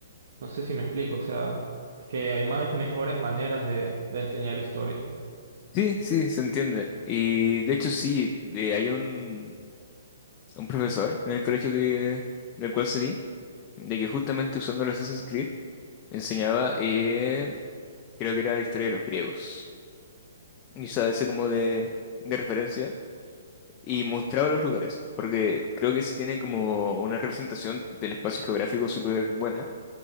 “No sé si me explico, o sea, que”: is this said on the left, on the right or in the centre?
Right